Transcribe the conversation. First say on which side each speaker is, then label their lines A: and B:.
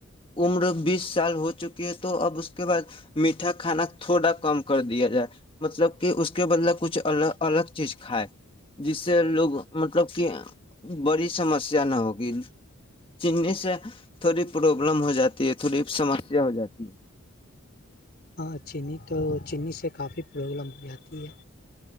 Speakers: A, on the left (about 25°); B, on the left (about 45°).
A: عمر بیس سال ہو چکی ہے تو اب اس کے بعد میٹھا کھانا تھوڑا کم کر کر دیا جائے مطلب کہ اس کے بلب کچھ الگ الگ چیز کھائے جس سے لوگ مطلب کہ بڑی سمسیا نہ ہوگی چی سے تھوڑی پرابلم ہو جاتی ہے تھوڑی سمسیا ہو جاتی ہے
B: ہاں چینی تو چینی سے کافی پرابلم ہو جاتی ہے